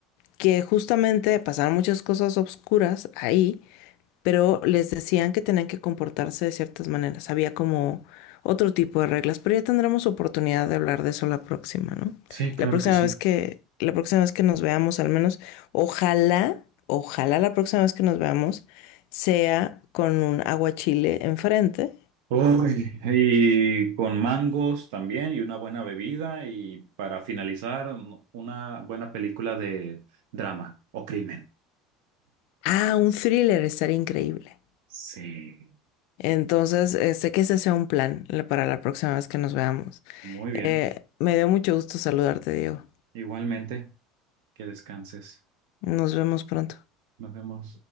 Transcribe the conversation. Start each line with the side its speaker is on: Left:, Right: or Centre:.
Left: que justamente pasaron muchas cosas oscuras ahí pero les decían que tenían que comportarse de ciertas maneras. Había como otro tipo de reglas, pero ya tendremos oportunidad de hablar de eso la próxima, ¿no?
Right: sí, claro
Left: La próxima
Right: que sí.
Left: vez que, la próxima vez que nos veamos, al menos, ojalá, ojalá la próxima vez que nos veamos sea con un aguachile enfrente.
Right: Uy, y con mangos también y una buena bebida y para finalizar una buena película de drama o crimen.
Left: Ah, un thriller estaría increíble.
Right: Sí,
Left: Entonces, eh, sé que ese sea un plan la- para la próxima vez que nos veamos.
Right: muy bien.
Left: Eh, me dio mucho gusto saludarte, Diego.
Right: Igualmente, que descanses.
Left: Nos vemos pronto.
Right: Nos vemos.